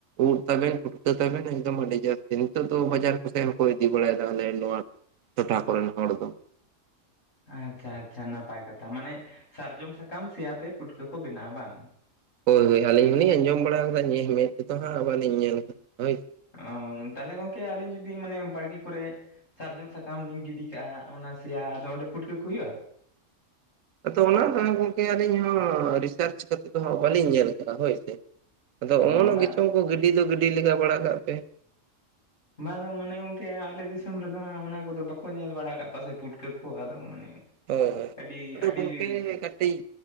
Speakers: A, on the right (about 85°); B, on the left (about 75°).
A: ᱩᱫ ᱛᱟᱵᱮᱱ ᱯᱷᱩᱴᱠᱟᱹ ᱛᱟᱵᱮᱱ ᱮᱠᱫᱚᱢ ᱟᱹᱰᱤ ᱡᱟᱹᱥᱛᱤ ᱱᱤᱛᱚᱜ ᱫᱚ ᱵᱟᱡᱟᱨ ᱠᱚ ᱥᱮᱫ ᱦᱚᱸᱠᱚ ᱤᱫᱤ ᱵᱟᱲᱟᱭ ᱫᱟ ᱟᱞᱮ ᱱᱚᱣᱟ ᱴᱚᱴᱷᱟ ᱠᱚᱨᱮᱱ ᱦᱚᱲ ᱫᱚ
B: ᱟᱪᱪᱷᱟ ᱟᱪᱪᱷᱟ ᱱᱟᱯᱟᱭ ᱠᱟᱛᱷᱟ ᱢᱟᱱᱮ ᱥᱟᱨᱡᱚᱢ ᱥᱟᱠᱟᱢ ᱥᱮᱭᱟ ᱛᱮ ᱯᱩᱴᱠᱟᱹ ᱠᱚ ᱵᱮᱱᱟᱜᱼᱟ ᱵᱟᱝ
A: ᱦᱳᱭ ᱦᱳᱭ ᱟᱹᱞᱤᱧ ᱦᱚᱸᱞᱤᱧ ᱟᱸᱡᱚᱢ ᱵᱟᱲᱟ ᱟᱠᱟᱫᱟ ᱡᱮ ᱢᱮᱫ ᱛᱮᱛᱚ ᱦᱟᱸᱜ ᱵᱟᱹᱞᱤᱧ ᱧᱮᱞ ᱟᱠᱟᱫᱟ ᱦᱳᱭ
B: ᱚ ᱛᱟᱞᱦᱮ ᱜᱚᱝᱠᱮ ᱟᱹᱞᱤᱧ ᱡᱩᱫᱤ ᱢᱟᱱᱮ ᱵᱟᱲᱜᱤ ᱠᱚᱨᱮᱜ ᱥᱟᱨᱡᱚᱢ ᱥᱟᱠᱟᱢ ᱞᱤᱧ ᱜᱤᱰᱤ ᱠᱟᱜᱼᱟ ᱚᱱᱟ ᱥᱮᱭᱟ ᱟᱫᱚ ᱚᱸᱰᱮ ᱯᱩᱴᱠᱟᱹ ᱠᱚ ᱦᱩᱭᱩᱜᱼᱟ
A: ᱟᱫᱚ ᱚᱱᱟ ᱜᱚᱢᱠᱮ ᱟᱹᱞᱤᱧ ᱦᱚᱸ ᱨᱤᱥᱟᱨᱪ ᱠᱟᱛᱮ ᱫᱚ ᱦᱟᱸᱜ ᱵᱟᱹᱞᱤᱧ ᱧᱮᱞ ᱠᱟᱫᱟ ᱦᱳᱭ ᱥᱮ ᱟᱫᱚ
B: ᱚ
A: ᱚᱢᱚᱱᱼᱚᱜ
B: ᱵᱟᱝ
A: ᱜᱮᱪᱚᱝ ᱠᱚ ᱜᱤᱰᱤ ᱫᱚ ᱜᱤᱰᱤ ᱞᱮᱜᱟ ᱵᱟᱲᱟ ᱠᱟᱜ ᱯᱮ
B: ᱵᱟ ᱟᱫᱚ ᱢᱟᱱᱮ ᱜᱚᱢᱠᱮ ᱟᱞᱮ ᱫᱤᱥᱚᱢ ᱨᱮᱫᱚ ᱦᱟᱸᱜ ᱚᱱᱟ ᱠᱚᱫᱚ ᱵᱟᱠᱚ ᱧᱮᱞ ᱵᱟᱲᱟ ᱠᱟᱜ ᱠᱚᱣᱟ ᱥᱮ ᱯᱩᱴᱠᱟᱹ ᱠᱚ ᱟᱫᱚ ᱢᱟᱱᱮ
A: ᱦᱳᱭ ᱦᱳᱭ
B: ᱟᱹᱰᱤ
A: ᱟᱫᱚ
B: ᱟᱹᱰᱤ
A: ᱜᱚᱢᱠᱮ ᱠᱟᱹᱴᱤᱡ